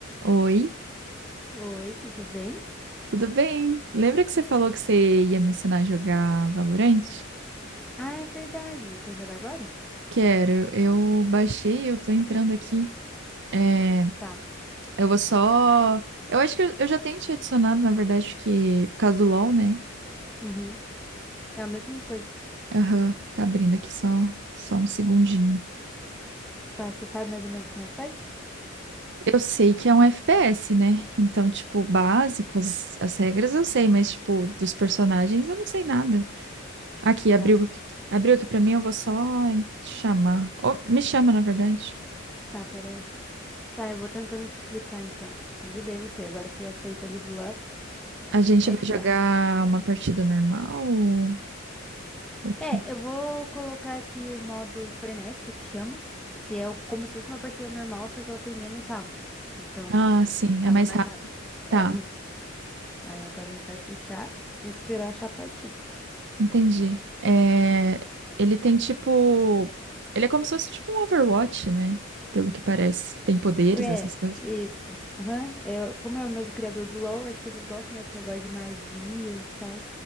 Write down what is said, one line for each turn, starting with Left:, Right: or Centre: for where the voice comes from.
Right: Oi,
Centre: Oi, tudo bem?
Right: tudo bem? Lembra que você falou que você ia me ensinar a jogar Valorant?
Centre: Ah, é verdade. Quer jogar agora?
Right: Quero, eu baixei, eu tô entrando aqui. É,
Centre: Tá.
Right: eu vou só. Eu acho que eu, eu já tenho te adicionado, na verdade, porque por causa do LoL, né?
Centre: Uhum. É a mesma coisa.
Right: Aham, tá abrindo aqui só, só um segundinho.
Centre: Tá, você sabe mais ou menos como é que faz?
Right: Eu sei que é um FPS, né? Então, tipo, básico, as, as regras eu sei, mas, tipo, dos personagens eu não sei nada. Aqui, abriu,
Centre: Tá, en-
Right: abriu aqui pra mim, eu vou só chamar. Ou me chama, na verdade.
Centre: tá, peraí. Tá, eu vou tentando te explicar então. Convidei você, agora você aceita ali do lado
Right: A gente
Centre: pra
Right: vai
Centre: entrar.
Right: jogar uma partida normal ou o quê?
Centre: É, eu vou colocar aqui o modo frenético que chama, que é o- como se fosse uma partida normal, só que ela tem menos rounds. Então,
Right: Ah, sim,
Centre: acaba
Right: é mais
Centre: mais
Right: rápido.
Centre: rápido. É
Right: Tá,
Centre: isso. Aí agora a gente vai puxar. e Tem que esperar achar a partida.
Right: entendi. É, ele tem tipo. Ele é como se fosse tipo um Overwatch, né? Pelo que parece. Tem poderes,
Centre: É,
Right: essas coisas.
Centre: isso. Aham. É, como é o mesmo criador do LoL, acho que eles gostam, né, desse negócio de magia e tal.